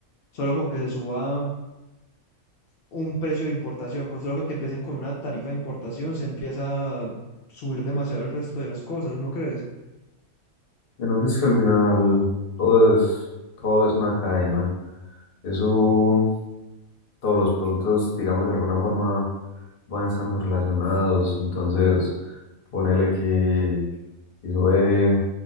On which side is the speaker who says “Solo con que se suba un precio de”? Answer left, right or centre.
Left